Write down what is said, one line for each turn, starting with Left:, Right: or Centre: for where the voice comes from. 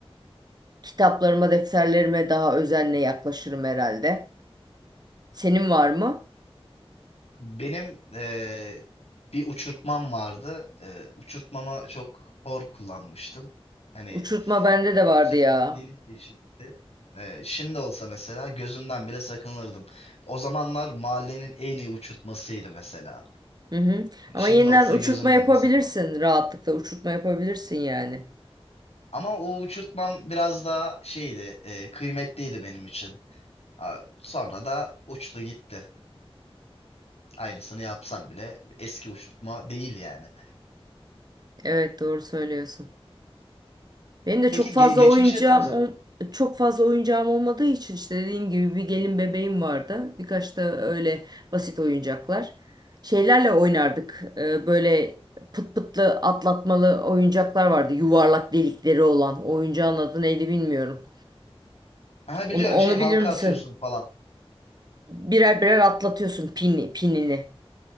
Right: Kitaplarıma, defterlerime daha özenle yaklaşırım herhalde. Senin var mı?
Left: Benim ee, bir uçurtmam vardı. Ee, uçurtmama çok hor kullanmıştım. Hani
Right: Uçurtma bende de vardı
Left: sürekli
Right: ya.
Left: delik deşikti. Ee, şimdi olsa mesela gözümden bile sakınırdım. O zamanlar mahallenin en iyi uçurtmasıydı mesela.
Right: Hı hı.
Left: Hani
Right: Ama
Left: şimdi
Right: yeniden
Left: olsa
Right: uçurtma
Left: gözümden
Right: yapabilirsin.
Left: bile sakınırdım.
Right: Rahatlıkla uçurtma yapabilirsin yani.
Left: Ama o uçurtmam biraz daha şeydi, e, kıymetliydi benim için. Ha, Sonra da uçtu gitti. Aynısını yapsam bile eski uçurtma değil yani.
Right: Evet doğru söylüyorsun. Benim de
Left: Peki
Right: çok fazla
Left: ge- geçmişe
Right: oyuncağım
Left: dönsen.
Right: ol- çok fazla oyuncağım olmadığı için işte dediğim gibi bir gelin bebeğim vardı. Birkaç da öyle basit oyuncaklar. Şeylerle oynardık. Ee, böyle pıt pıtlı atlatmalı oyuncaklar vardı. Yuvarlak delikleri olan. Oyuncağın adı neydi bilmiyorum.
Left: Ha
Right: Onu,
Left: biliyorum
Right: onu
Left: şey halka
Right: bilir misin?
Left: atıyorsun falan.
Right: Birer birer atlatıyorsun pini, pinini.